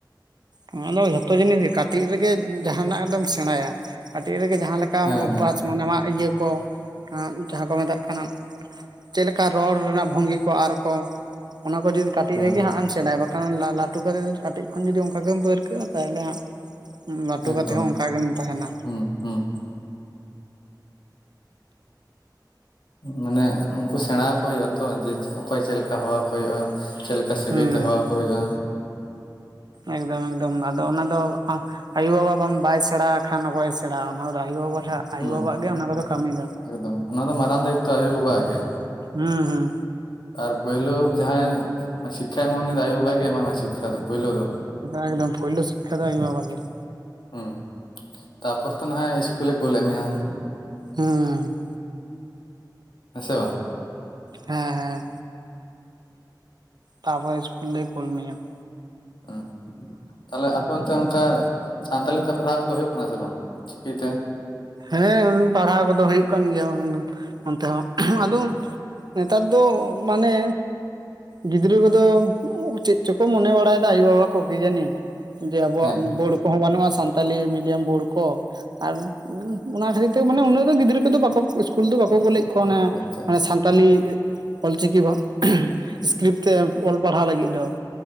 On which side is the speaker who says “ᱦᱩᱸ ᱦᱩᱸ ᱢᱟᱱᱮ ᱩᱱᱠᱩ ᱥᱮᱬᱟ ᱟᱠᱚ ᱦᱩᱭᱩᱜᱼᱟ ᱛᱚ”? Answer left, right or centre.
Left